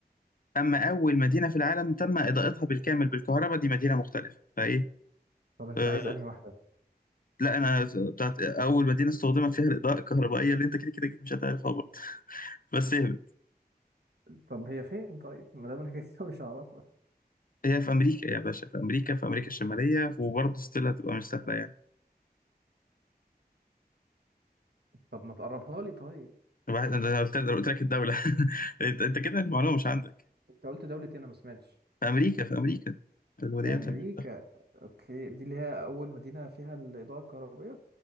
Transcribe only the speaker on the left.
اما اول مدينه في العالم تم اضاءتها بالكامل بالكهرباء دي مدينه مختلفه فايه
أه
لا انا بتاعت اول مدينه استخدمت فيها الاضاءه الكهربائيه اللي انت كده كده أكيد مش هتعرفها برضه بس هي
هي في امريكا يا باشا في امريكا في امريكا الشماليه وبرضه ستيل هتبقى مش سهله يعني
واحد انا قلت لك قلت لك الدوله <laughs> انت انت كده المعلومه مش عندك
في امريكا في امريكا في الولايات
المتحده